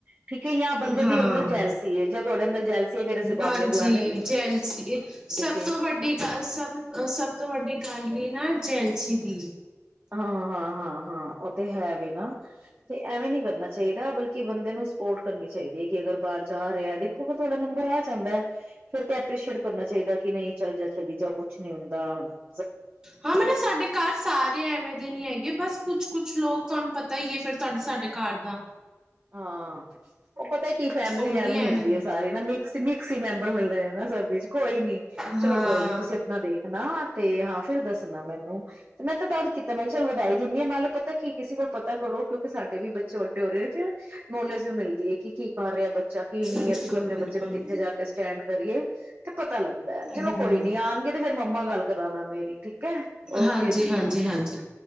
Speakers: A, on the right; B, on the right.
A: ਠੀਕ ਹੈ, ਜਾਂ ਬੰਦੇ
B: ਹਾਂ
A: ਦੀ ਅੰਦਰ ਜੈਲਸੀ ਜਾਂ ਤੁਹਾਡੇ ਅੰਦਰ ਜੈਲਸੀ ਮੇਰੇ ਪਜ
B: ਹਾਂਜੀ
A: ਤੂੰ ਐਵੇਂ
B: ਜੈਲਸੀ ਸਭ
A: ਪਈ ਏ।
B: ਤੋਂ ਵੱਡੀ ਗੱਲ ਸਭਹ ਸਭ ਤੋਂ ਵੱਡੀ ਗੱਲ ਹੀ ਨਾ ਜੈਲਸੀ ਦੀ
A: ਹਾਂ ਹਾਂ ਹਾਂ ਹਾਂ ਉਹ ਤੇ ਹੈ ਵੀ ਨਾ ਤੇ ਐਵੇਂ ਨੀ ਕਰਨਾ ਚਾਹੀਦਾ। ਚਾਹੀਦਾ ਬਲਕਿ ਬੰਦੇ ਨੂੰ ਸਪੋਰਟ ਕਰਨੀ ਚਾਹੀਦੀ ਹੈ। ਅਗਰ ਬਾਹਰ ਜਾ ਰਿਹਾ ਦੇਖੋ ਅਗਰ ਤੁਹਾਡਾ ਨੰਬਰ ਆ ਜਾਂਦਾ ਫਰ ਤੇ ਐਪ੍ਰਰੀਸ਼ੀਏਟ ਕਰਨਾ ਚਾਹੀਦਾ। ਚਾਹੀਦਾ ਕਿ ਨਹੀਂ ਚੱਲ ਜਾ ਚੱਲ ਜਾ ਕੁਛ ਨਹੀਂ ਹੁੰਦਾ। ਤਾਂ
B: ਹਾਂ ਮਤਲਬ ਸਾਡੇ ਘਰ ਸਾਰੇ ਐਵੇਂ ਨੀ ਹੈਗੇ ਬਸ ਕੁੱਛ ਕੁਛ ਲੋਕ ਤੁਹਾਨੂੰ ਪਤਾ ਹੀਏ ਫਿਰ ਤੁਹਾਡੇ ਸਾਡੇ ਘਰ ਦਾ
A: ਹਾਂ ਪਤਾ ਕੀ ਫੈਮਿਲੀ
B: ਉਹੀ
A: ਐਵੇਂ ਹੁੰਦੀ
B: ਦੇ
A: ਹੈ, ਸਾਰੀ ਨਾ ਮਿਕ ਮਿਕਸ ਹੀ ਮੈਂਬਰ ਮਿਲਦੇ ਨੇ ਨਾ ਸਭ ਵਿੱਚ ਕੋਈ ਨੀ ਚਲੋ
B: ਹਾਂ
A: ਕੋਈ ਨੀ ਤੁਸੀਂ ਆਪਣਾ ਦੇਖ ਨਾ ਤੇ ਹਾਂ ਫੇਿਰ ਦੱਸਣਾ ਮੈਨੂੰ ਤੇ ਮੈਂ ਤਾਂ ਤਦ ਕੀਤਾ ਮੈਂ ਕਿਹਾ ਚੱਲ ਵਧਾਈ ਦਿੰਦੀ ਹਾਂ। ਨਾਲੇ ਪਤਾ ਕੀ ਕਿਸੇ ਕੋਲ ਪਤਾ ਕਰੋ ਕਿਉਂਕਿ ਸਾਡੇ ਬੱਚੇ ਵੱਡੇ ਹੋ ਰਹੇ ਨੌਲੇਜ ਮਿਲਦੀ ਹੈ ਕਿ ਕੀ ਕਰ ਰਿਹਾ ਬੱਚਾ ਾ ਕੀ ਨੀ
B: ਬਿਲਕੁਲ
A: ਅਸੀਂ ਵੀ ਆਪਣੇ ਬੱਚੇ
B: ਬਿਲਕੁਲ
A: ਨੂੰ ਕਿੱਥੇ ਜਾ ਕੇ ਸਟੈਂਡ ਕਰੀਏ ਤੇ ਪਤਾ ਲੱਗਦਾ ਚਲੋ
B: ਹਮ
A: ਕੋਈ ਨੀ ਆਉਣਗੇ ਤੇ ਫੇਿਰ ਮੰਮਾ ਗੱਲ ਕਰਾਣਾ ਮੇਰੀ ਠੀਕ ਹੈ ਓਕੇ
B: ਹਾਂਜੀ
A: ਜੀ
B: ਹਾਂਜੀ ਹਾਂਜੀ